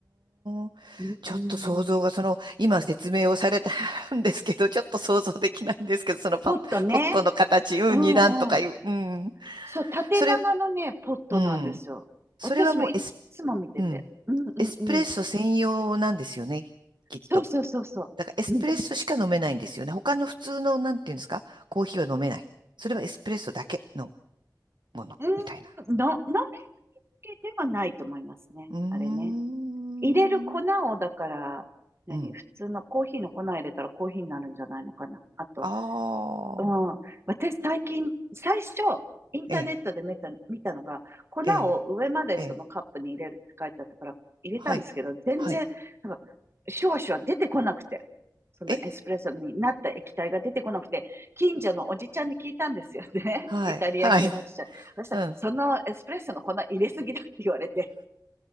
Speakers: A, on the right (about 75°); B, on the right (about 35°).
A: ーん。
B: うん
A: ちょっと想像が、その、今説明をされた <laughs> んですけど、ちょっと想像できないんですけど、そのパッ、
B: ポットね。
A: ポットの形、うん、
B: うんうん。
A: 二段とかいう、うん。
B: そう、縦長のね、
A: それ、
B: ポットなんですよ。
A: うん。それはもうエス、
B: 私もいっつも見てて。
A: うん、
B: うんうんうん。
A: エスプレッソ専用なんですよね、きっと。
B: そうそうそうそう。
A: だからエスプレッソしか飲めないんですよね。
B: うん。
A: 他の普通の、なんていうんですか、コーヒーは飲めない。それはエスプレッソだけのもの、
B: うん、
A: みたいな。
B: の、のりけではないと思いますね。
A: うーん。
B: あれね。入れる粉を、だから、何普通のコーヒーの粉入れたらコーヒーになるんじゃないのかな。
A: うん。
B: あと
A: ああ。
B: うん、私最近、最初、インターネットで見た、
A: ええ、
B: 見たのが、粉を上までそのカップに入れるって書いてあったから、
A: ええ、ええ。
B: 入れたんですけど、
A: はい。
B: 全然、
A: はい。
B: なんか、少々出てこなくて、そのエスプレッソになった液体が出てこなくて、
A: え
B: 近所のおじちゃんに聞いたんですよね。
A: はい。
B: <laughs> イタリア系のおじちゃん。
A: はい。
B: そしたら、
A: うん。
B: そのエスプレッソの粉入れすぎだって言われて、